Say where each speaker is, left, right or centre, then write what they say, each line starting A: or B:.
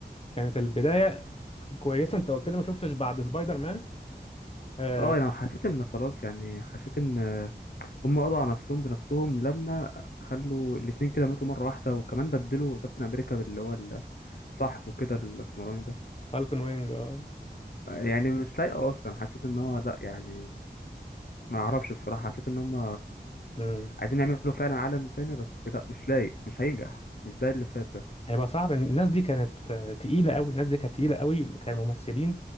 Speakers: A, on the left; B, on the left.
A: كانت البدايه كويسه انت قلت لي ما شفتش بعد سبايدر مان آه
B: اه يعني حسيت ان خلاص يعني حسيت ان هم قضوا على نفسهم بنفسهم لما خلوا الاتنين كده ماتوا مرة واحدة وكمان بدلوا كابتن امريكا باللي هو ال- صاحبه كده الاسمراني ده
A: فالكون وينج اه
B: يعني مش لايقة اصلا حسيت ان هو لا يعني ما اعرفش بصراحة حسيت ان هم
A: مم.
B: عايزين يعملوا فعلا عالم تاني بس لا مش لايق مش هينجح مش زي اللي فات ده
A: هيبقى صعب الناس دي كانت آه، تقيله قوي الناس دي كانت تقيله قوي كانوا ممثلين